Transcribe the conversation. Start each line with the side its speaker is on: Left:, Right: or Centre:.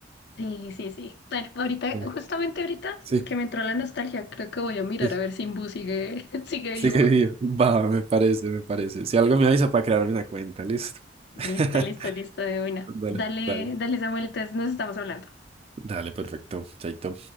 Left: Sí, sí, sí. Bueno, ahorita,
Right: Bien.
Left: justamente ahorita
Right: Sí,
Left: que me entró la nostalgia, creo que voy a mirar
Right: sí,
Left: a ver si Imbu sigue, <laughs> sigue
Right: sigue
Left: vivo.
Right: vivo. <laughs> Va, me parece, me parece. Si algo me avisa para crearme una cuenta, listo.
Left: Listo,
Right: <laughs>
Left: listo, listo, de buena.
Right: Dale,
Left: Dale,
Right: dale.
Left: dale, Samuel, entonces nos estamos hablando.
Right: Dale, perfecto. Chaito.